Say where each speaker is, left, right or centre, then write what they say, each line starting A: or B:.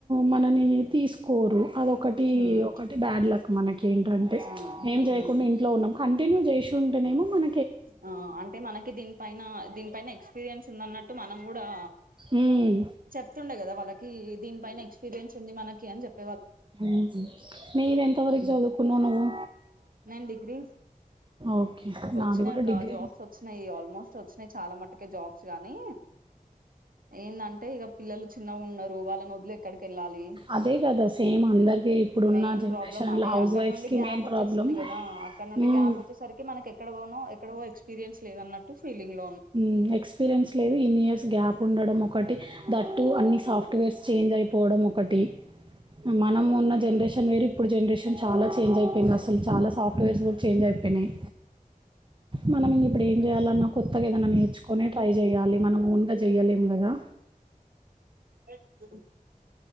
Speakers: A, on the right; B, on the right.
A: మననీ కోరు అదొకటి
B: ఉమ్,
A: ఒకటి బ్యాడ్ లక్ మనకి ఏంటంటే
B: ఉమ్,
A: ఏం చేయకుండా
B: ఉమ్.
A: ఇంట్లో ఉన్నం కంటిన్యూ జేసి ఉంటేనేమో మన
B: ఆ అంటే మనకి దీనిపైన దీనిపైన ఎక్స్పీరియన్స్ ఉందన్నట్టు మనం కూడా
A: మ్మ్.
B: చెప్తుండే కదా వాళ్ళకి దీనిపైన ఎక్స్పీరియన్స్ ఉంది మనకి అని జెప్
A: మ్ మీది ఎంత వరకు చదుకున్నావ్ నువ్వు
B: నేన్ డిగ్రీ
A: ఓకే
B: వచ్చినీ
A: నాది కూడా
B: అక్క
A: డిగ్రీ
B: జాబ్స్ వచ్చినాయి ఆల్మోస్ట్ వచ్చినాయి చాలా మటుకే జాబ్స్ గాని ఏందంటే ఇగ పిల్లలు చిన్నగా ఉన్నారు వాళ్ళని వదిలి ఎక్కడికి వెళ్ళాలి
A: అదే కదా సేమ్ అందరికీ ఇప్పుడున్న
B: మెయిన్
A: జనరేషన్లో
B: ప్రాబ్లం అదే
A: హౌస్
B: అక్కడ
A: వైఫ్స్కి
B: నుండి గ్యాప్
A: మెయిన్
B: వచ్చేస్తుంది
A: ప్రాబ్లం
B: కదా అక్క నుండి
A: మ్మ్.
B: గ్యాప్ వచ్చేసరికి మన ఎక్కడ దోనో ఎక్కడివో ఎస్పీరియన్స్ లేదన్నట్టు ఫీలింగ్ లో ఉమ్,
A: మ్ ఎక్స్పీరియన్స్ లేదు ఇన్ని ఇయర్స్ గ్యాప్ ఉండడం ఒకటి దట్టు అన్ని సాఫ్ ట్వేర్స్ చేంజ్ అయిపోవడం ఒకటి మనం ఉన్న జనరేషన్ వేరు ఇప్పుడు జనరేషన్ చాలా చేంజ్ అయిపోయింది అసలు చాలా సాఫ్ట్వేర్స్ కూడా చేంజ్ అయిపోయినయ్ మనం ఇంగ ఇప్పుడు ఏం చేయాలన్నా కొ కొత్తగా ఏదనా నేర్చుకొనే ట్రై చేయాలి మనం ఓన్గా జెయలేం గదా
B: పెట్